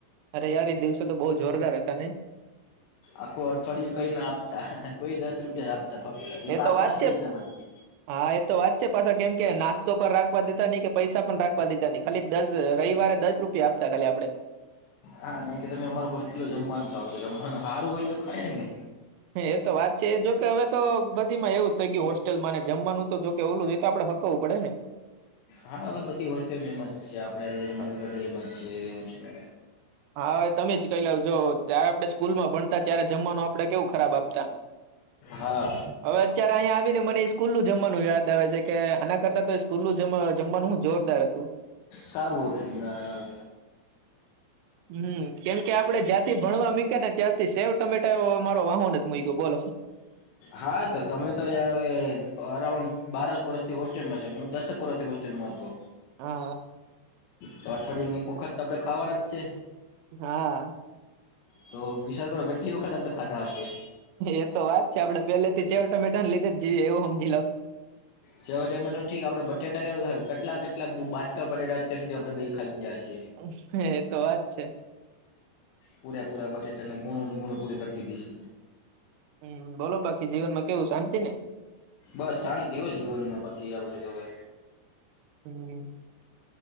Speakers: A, on the right (about 80°); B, on the left (about 85°).
A: અરે યાર દિવસો તો બહુ જોરદાર હતા. નઈ
B: આખું અઠવાડિયું કઈ ના આપતા તોઈ દસ રૂપિયા આપતા ફક્ત એ
A: તો
B: આપણા
A: વાત
B: જ
A: છે
B: પૈસા માંથી.
A: હા એ તો વાત છે પાછા કેમ કે નાસ્તો પણ રાખવા દેતા નય.. પૈસા પણ રાખવા દીધા નહી ખાલી દસ રવિવારે દસ રૂપિયા આપતા ખાલી આપડે.
B: હા નહી કે તમે અમારુ હોસ્ટેલનું જમવાનું ખાવ તો જમવાનું સારું હોય તો ખાઇ ને.
A: હ એ તો વાત છે એ જો કે હવે તો બધી એવું થઈ ગયું હોસ્ટેલમાંને જમવાનું તો જો કે ઓલું એ આપડે હકવું પડે ને.
B: હા હવે બધી હોસ્ટેલ એમ જ છે આપડણે જુનાગઢ
A: હ,
B: એમ જ છે એવું ને
A: હા અવે તમે જ કય લાવજો. ત્યારે આપણે સ્કૂલમાં ભણતા ત્યારે જમવાનું આપડણે કેવું ખરાબ આપતા.
B: હા
A: હવે અત્યારે અહીયા આવી ને મને સ્કૂલ નું જમવાનું યાદ આવે છે કે આના કરતા તો સ્કૂલ નું જ જમવાનું હું જોરદાર હતું.
B: સારું હતું નાના
A: હમ કેમ કે આપડે જ્યાંથી ભણવા મુક્યા ને ત્યાંથી સેવ ટમેટા યે મારો વાહો નથી મક્યો બોલો.
B: હા તો તમે તો યાર અરાઉન્ડ બારક વર્ષથી હોસ્ટેલમાં છે હું દસક વર્ષથી હોસ્ટેલ. મા હતો
A: હા
B: તો અઠવાડિયેમાં એક વખત. આપણે ખાવાના જ છે
A: હા હા.
B: તો વિચાર કરો કેટલી વખત આપડણે ખાધા હશે
A: એ તો વાત છે આપડણે પેલે થી ચવ ટમેટા ને લીધે જીએ એવું સમજી લાવ
B: સેવાટેમેટો ઠીક આપડે બટેાટા કે કેટલા કેટલા બાજકા બટાટા અત્યાર સુધી આપણે બે ખાઈ જ ગયા હી
A: હ એ તો વાત છે
B: પૂરા પૂરા બટેટાને ગુણુંને ગુણું પૂરી કરતી દીશ
A: હમ બોલો બાકી જીવનમાં કેવું શાંતિ ને
B: બસ શાંતિ હો જીવનમાં બાકી આપડ તોવે
A: હમ